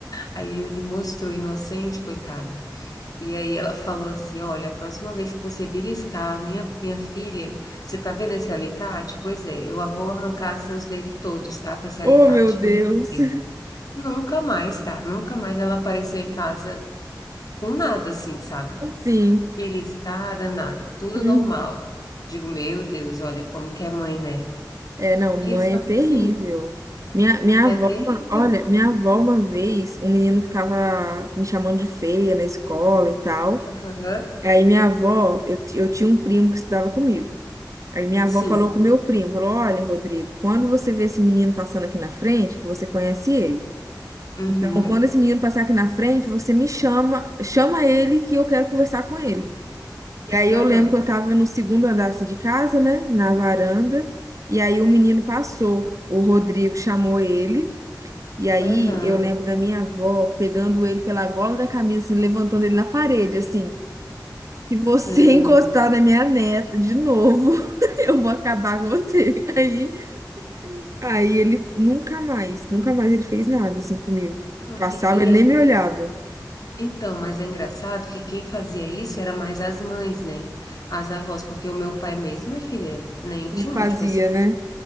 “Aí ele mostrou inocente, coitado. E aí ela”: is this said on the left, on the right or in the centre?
Left